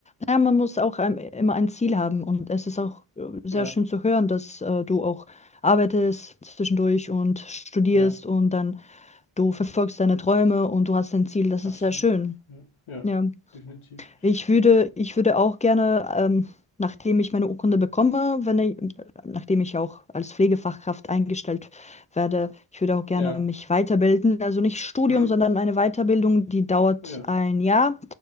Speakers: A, on the left (about 15°); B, on the left (about 75°).
A: Naja, man muss auch ähm, immer ein Ziel haben und es ist auch äh, sehr
B: Ja,
A: schön zu hören, dass äh, du auch arbeitest zwischendurch und studierst
B: ja,
A: und dann du verfolgst deine Träume und du hast dein Ziel. Das
B: absolut.
A: ist sehr schön.
B: Ja, ja
A: Ja.
B: definitiv.
A: Ich würde, ich würde auch gerne, ähm, nachdem ich meine Urkunde bekomme, wenn ich, nachdem ich auch als Pflegefachkraft eingestellt werde, ich würde auch gerne
B: Ja,
A: mich weiterbilden. Also nicht Studium,
B: mhm.
A: sondern eine Weiterbildung, die dauert
B: ja.
A: ein Jahr.